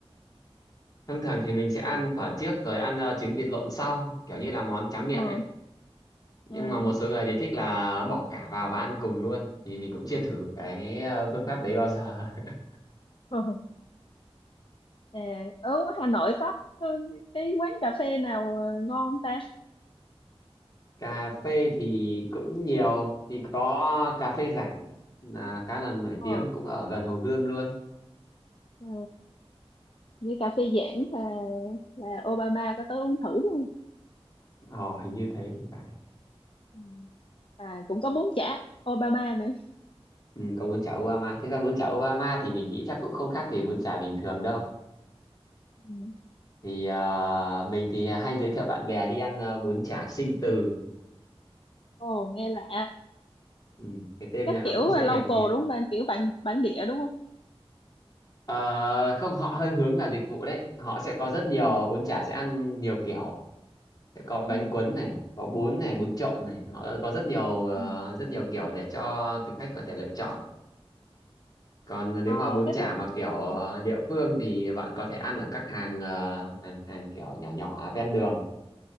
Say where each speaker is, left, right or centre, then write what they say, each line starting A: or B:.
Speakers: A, on the left; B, on the left.
A: thông thường thì mình sẽ ăn
B: à,
A: phở trước rồi ăn ờ, trứng vịt lộn sau kiểu như là món tráng miệng
B: ờ,
A: ấy nhưng
B: à, à,
A: mà một số người thì thích là bỏ cả vào và ăn cùng luôn thì mình cũng chưa thử cái ờ, phương pháp đấy bao giờ <laughs>
B: ờ. à, ở Hà Nội có ờ, cái quán cà phê nào ờ, ngon không ta
A: cà phê thì cũng nhiều thì có cà phê Giảng là khá là nổi
B: ờ,
A: tiếng cũng ở gần Hồ Gươm luôn
B: ờ, như cà phê Giảng là là Obama có tới uống thử luôn
A: Ồ hình như thế thì phải
B: Ừ. à cũng có bún chả Obama nữa
A: ừ, có bún chả Obama thực ra bún chả Obama thì mình nghĩ chắc cũng không khác gì bún chả bình thường đâu
B: Ừ.
A: thì ờ, mình thì hay giới thiệu bạn bè đi ăn ờ, bún chả Sinh Từ
B: ồ nghe lạ
A: ừ, cái tên
B: chắc
A: nó
B: kiểu
A: cũng
B: ờ,
A: dễ
B: local
A: nhầm nghe
B: đúng không bạn kiểu bản bản địa đúng không
A: Ờ, không họ hơi hướng là dịch vụ đấy họ sẽ có rất nhiều
B: ừ.
A: bún chả sẽ ăn nhiều kiểu sẽ có bánh
B: Ừ.
A: cuốn này có bún này bún trộn này nó có rất nhiều ờ,
B: Ừ.
A: rất nhiều kiểu để cho thực khách có thể lựa chọn còn
B: Ờ,
A: nếu mà bún
B: cái
A: chả
B: bún
A: mà kiểu
B: ồ
A: ờ, địa phương thì bạn có thể ăn ở các hàng ờ, hàng hàng kiểu nhỏ nhỏ ven đường